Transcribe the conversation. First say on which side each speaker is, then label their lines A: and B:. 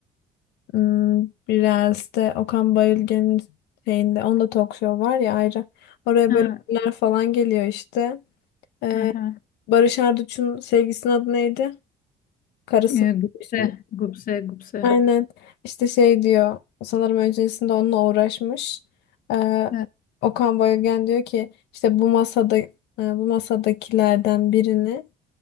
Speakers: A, on the left; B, on the left.
A: Hmm, biraz da Okan Bayülgen'in şeyinde onda talk show var ya ayrı. Oraya
B: Ha,
A: böyle ünlüler falan geliyor işte. Ee,
B: hı hı.
A: Barış Arduç'un sevgisinin adı neydi? Karısı.
B: Ee,
A: mı?
B: Gupse,
A: Şimdi.
B: Gupse, Gupse.
A: Aynen. İşte şey diyor. Sanırım öncesinde onunla uğraşmış. Ee,
B: Evet.
A: Okan Bayülgen diyor ki işte bu masada e, bu masadakilerden birini